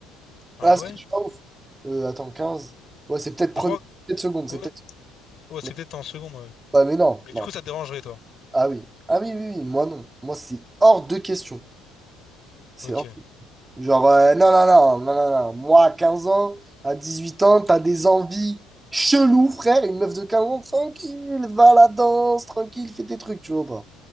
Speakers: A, on the left; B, on the right.
A: Ah
B: Ah, si,
A: ouais?
B: je suis pas ouf. Euh, attends, quinze Ouais, c'est peut-être premier,
A: Je crois que-
B: peut-être seconde, c'est
A: Ouais,
B: peut-être.
A: ouais, c'est
B: Mais...
A: peut-être en seconde, ouais.
B: Ouais, mais non,
A: Mais
B: non.
A: du coup, ça te dérangerait, toi.
B: Ah oui. Ah oui, oui, oui, moi non. Moi, c'est hors de question. C'est
A: Ok.
B: hors... Genre, euh, non, non, non, non, non, non. Moi, à 15 ans, à 18 ans, t'as des envies cheloues, frère. Une meuf de 15 ans, tranquille, va à la danse, tranquille, fais tes trucs, tu vois ou pas.